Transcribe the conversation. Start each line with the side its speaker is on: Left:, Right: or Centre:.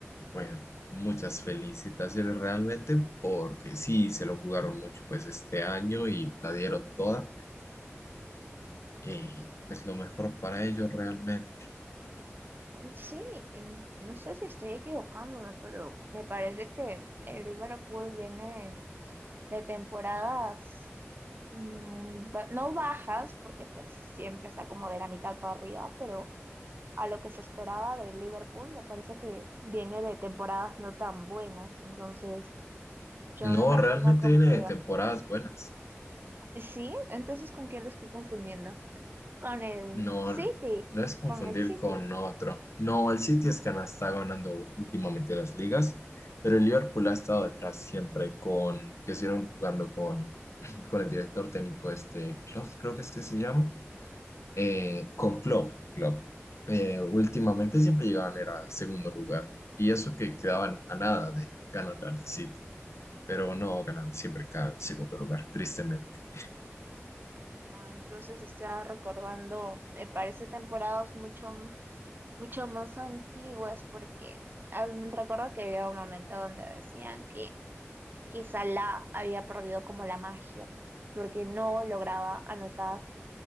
Left: bueno, muchas felicitaciones realmente, porque sí, se lo jugaron mucho pues este año y la dieron toda. Y pues lo mejor para ellos realmente.
Right: Mm, Sí, y no sé si estoy equivocándome, pero me parece que el Liverpool viene de temporadas mm, ba- no bajas, porque pues siempre está como de la mitad para arriba, pero a lo que se esperaba del Liverpool me parece que viene de temporadas no tan buenas, entonces yo
Left: No,
Right: me imagino
Left: realmente
Right: como
Left: viene
Right: que
Left: de temporadas buenas.
Right: Sí, entonces ¿con quién lo estoy confundiendo? Con el
Left: No,
Right: City,
Left: no es confundir
Right: con el City.
Left: con otro. No, el City es que no está ganando últimamente las ligas, pero el Liverpool ha estado detrás siempre con, que estuvieron jugando con, <clears throat> con el director técnico este, Klopp, creo que es que se llama, eh, con Klopp, Klopp. Eh, últimamente siempre llegaban era segundo lugar y eso que quedaban a nada de ganar al City, pero no ganaban, siempre quedaban en segundo lugar, tristemente.
Right: Ah, entonces estaba recordando, me parece temporadas mucho, m- mucho más antiguas porque ah, recuerdo que había un momento donde decían que quizá la había perdido como la magia porque no lograba anotar